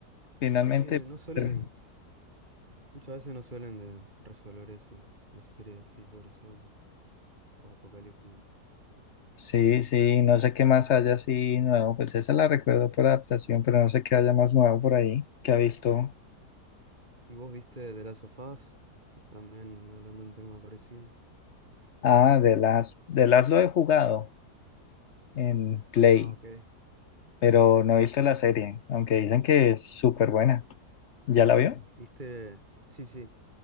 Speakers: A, on the left; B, on the right.
A: finalmente
B: Sí, no suelen,
A: ter-
B: muchas veces no suelen de resolver eso, las series así sobre zombies o apocalípticas.
A: sí, sí, no sé qué más haya así nuevo, pues esa la recuerdo por adaptación, pero no sé qué haya más nuevo por ahí que ha visto
B: ¿Y vos viste The Last of Us? Que también hablando de un tema parecido.
A: Ah, de las de las lo he jugado en Play,
B: Ah, ok.
A: pero no he visto la serie, aunque dicen que es súper buena. ¿Ya la vio?
B: ¿Viste? Sí, sí,